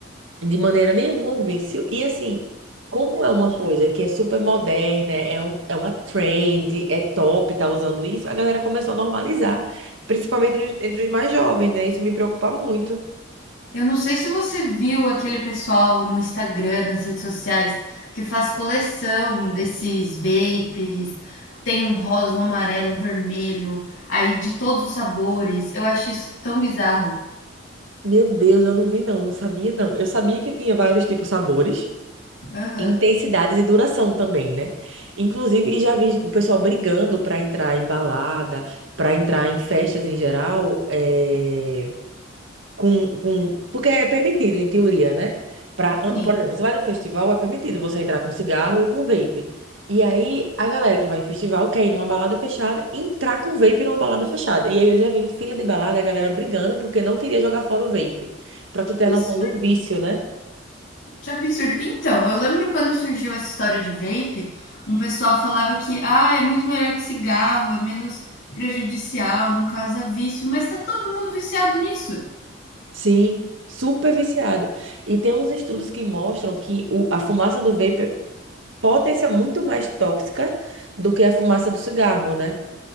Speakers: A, on the right; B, on the left.
A: de maneira nenhuma o vício. E assim, como é uma coisa que é super moderna, é, um, é uma trend, é top, tá usando isso, a galera começou a normalizar, principalmente entre os entre os mais jovens, né? Isso me preocupa muito.
B: Eu não sei se você viu aquele pessoal no Instagram, nas redes sociais, que faz coleção desses vapes. Tem um rosa, um amarelo, um vermelho, aí de todos os sabores. Eu acho isso tão bizarro.
A: Meu Deus, eu não vi não, não sabia não. Eu sabia que tinha vários tipos de sabores.
B: Aham.
A: intensidades e duração também, né? Inclusive, e já vi o pessoal brigando para entrar em balada, para entrar em festas em geral, é, com, com, porque é permitido, em teoria, né? Pra,
B: Sim.
A: por exemplo, você vai num festival, é permitido você entrar com cigarro e com vape. E aí, a galera que vai em festival quer ir numa balada fechada, entrar com vape numa balada fechada. E aí, eu já vi em fila de balada a galera brigando porque não queria jogar fora o vape. Pra tu
B: Que
A: ter
B: absurdo,
A: a noção do vício, né?
B: que absurdo. Então, eu lembro quando surgiu essa história de vape, um pessoal falava que, ah, é muito melhor que cigarro, é menos prejudicial, não causa vício, mas tá todo mundo viciado nisso.
A: Sim, super viciado. E tem uns estudos que mostram que o, a fumaça do vapor pode ser muito mais tóxica do que a fumaça do cigarro, né?